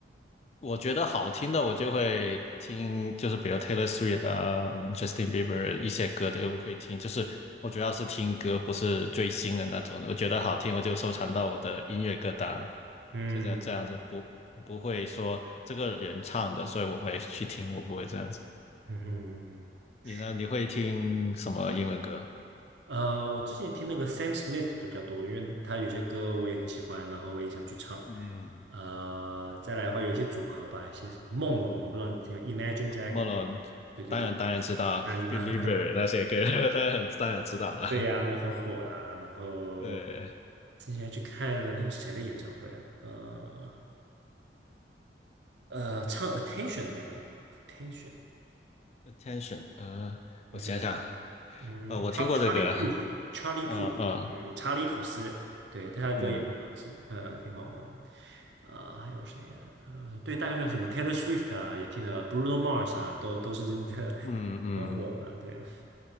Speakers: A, on the left; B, on the right.
A: 我觉得好听的，我就会听，就是比如 Taylor Swift 啊、Justin Bieber 一些歌都会听。就是我主要是听歌，不是追星的那种。我觉得好听，我就收藏到我的音乐歌单，
B: 嗯。
A: 就这这样子。不，我不会说这个人唱的，所以我会去听，我不会这样子。
B: 嗯哼是。
A: 你呢？你会听什么英文歌？
B: 呃，我之前听那个 Sam Smith 比较多，因为他有些歌我也很喜欢，然后我也想去唱。
A: 嗯，
B: 呃，再来的话，有一些组合吧，一些什么梦龙，我不知道你听过 Imagine Dragon。
A: 莫龙，
B: 对对对，
A: 当然当然知道
B: 那知道。
A: Believer
B: <laughs>
A: 那些歌，<laughs> 当然当然知道了。
B: 对呀、那很火啦。然后
A: <laughs> 对，
B: 之前还去看了那个谁的演唱会啊？呃呃，唱 Attention 的那个 Attention，
A: attention，呃，
B: 我想。
A: 我想想，
B: 嗯查查理普，
A: 呃，我听过这个，
B: c h a r l
A: 呃呃，
B: 嗯，查理普斯，对，他的歌也挺好吃，
A: 嗯
B: 呃，挺好玩。呃，还有谁呀、呃，对，大概就是什么 Taylor Swift 啊，也听了，Bruno Mars 啊，都都是真的
A: 嗯嗯，
B: <laughs> 很火嘛，对。